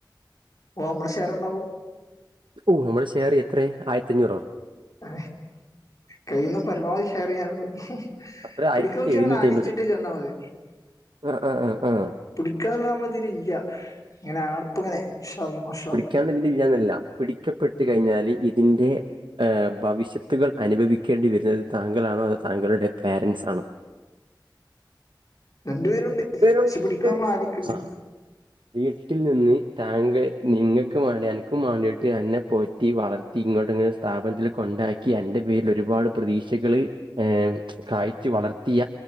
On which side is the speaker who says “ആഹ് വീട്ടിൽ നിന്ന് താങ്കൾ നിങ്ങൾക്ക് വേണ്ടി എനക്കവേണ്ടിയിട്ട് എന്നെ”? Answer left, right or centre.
Right